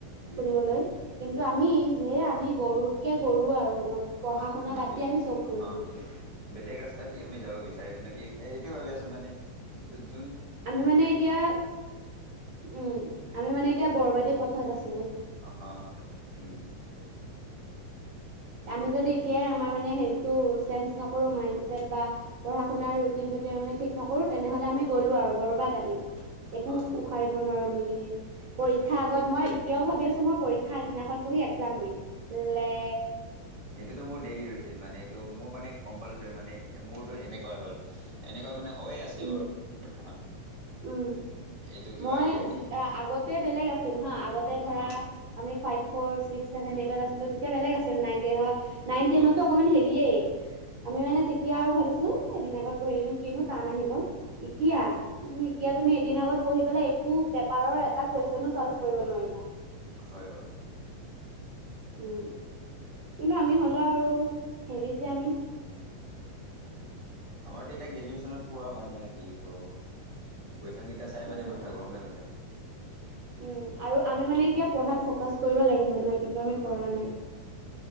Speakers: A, on the left; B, on the right.
A: দি
B: শুনিবলৈ
A: আছো বাৰু
B: কিন্তু আমি সেয়ে আমি গৰুতকে গৰু আৰু পঢ়া
A: অ
B: শুনা
A: নিজ
B: বাদ দি আমি চব কৰি
A: অ
B: ফুৰিছো।
A: বেলেগ ৰাস্তাত কি আমি যাব বিচাৰিছো নেকি এই ভাবি আছো মানে উ
B: আমি মানে এতিয়া উম আমি মানে এতিয়া বৰবাদী পথত আছে
A: হয় উম
B: আমি যদি এতিয়াই আমাৰ মানে হেৰিটো চেঞ্জ নকৰোঁ মাইণ্ড চছেট বা পঢ়া শুনাৰ ৰুটিন চুটিন আমি ঠিক নকৰোঁ তেনেহ'লে আমি গ'লোঁ আৰু বৰবাত ানি একো
A: হ
B: উশাৰিব নোৱাৰো আমি পৰীক্ষা
A: হয়
B: আগত মই তেতিয়া ভি আছোঁ মই পৰীক্ষা আগদিনাখন পঢ়ি এক্সাম দিম লে
A: সেইটোতো মোৰ ডেইেলি ৰুটিন মানে ত মোৰ মানে কম্পালচৰিী মানে মোৰতো এনেকুৱা হ'ল এনেকুৱা মানে হৈয়ে আছে
B: উ
A: বাৰু বৰ্তমান
B: উম
A: এইটো কিবা
B: মই
A: আইডিয়াতে
B: আগতে বেলেগ আছিল হা আগতে ধৰা
A: অ
B: আমি ফাই ফ' ছিক্ েভেন এইটতছিলো তেতিয়া বেলেগ আছিল নাইন টেনত নাইন
A: অ
B: টেনতো অকমান হেৰিয়ে আমি মানে এতিয়া আৰু ভাবিো এেইদ আগত পঢ়ি থ দিম কিনো এতিয়া এতিয়া ত এ আগত পঢি প একোপ এ কুৱেশন চল্ভ কৰিব
A: হয়
B: নোৱাৰিবা
A: হয় বাৰু
B: উম কিন্তু আমি হলেও আৰু হেৰি যে আমি
A: উম আমাৰ এয়া গ্ৰেজুৱেশ্যনত পোৱা মানে কি কৰো কুৱেশ্যনকেইটা চাই
B: উম
A: মানে মাথা গৰমেই হৈ যাব
B: উম আৰু আমি মানে এতিয়া পঢ়াত ফকাচ কৰিব লাগিব জানা কিন্তু আমি
A: অ
B: কৰা নাই